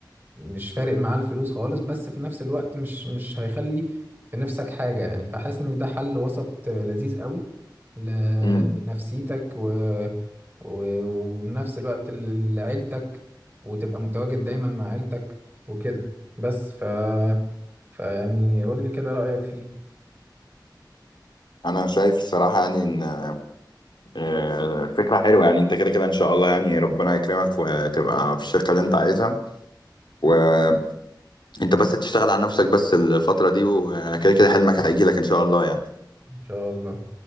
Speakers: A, on the right; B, on the left.
A: مش فارق معاه الفلوس خالص بس في نفس الوقت مش مش هيخلي في نفسك حاجة يعني فحاسس ان ده حل وسط لذيذ قوي ل-
B: مم.
A: لنفسيتك و... و... وفي نفس الوقت ل- لعيلتك وتبقى متواجد دايما مع عيلتك وكده بس ف... فيعني قول لي كده رأيك فيه
B: انا شايف الصراحه يعني ان آه، فكره حلوه يعني انت كده كده ان شاء الله يعني ربنا يكرمك وتبقى في الشركه اللي انت عايزها وانت بس تشتغل على نفسك بس الفتره دي وكده كده حلمك هيجي لك ان شاء الله يعني
A: ان شاء الله